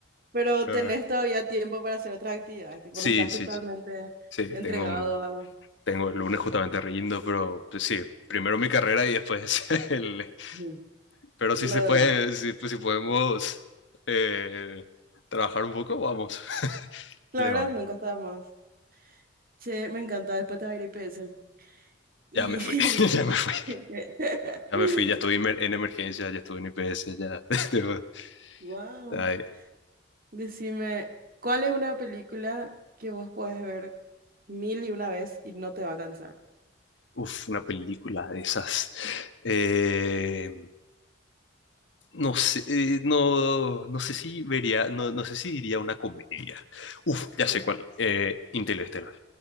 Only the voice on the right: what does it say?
Pero
tenés todavía tiempo para hacer otras actividades, tipo,
no estás
totalmente
entregado
a
Ujú.
lo
demás.
Claro,
nunca está de más. Che, me encanta, después te va a ir a IPS. Y
<laughs> <laughs>
Wow.
Decime, ¿cuál es una película que vos podés ver mil y una vez y no te va a cansar?
Ujú.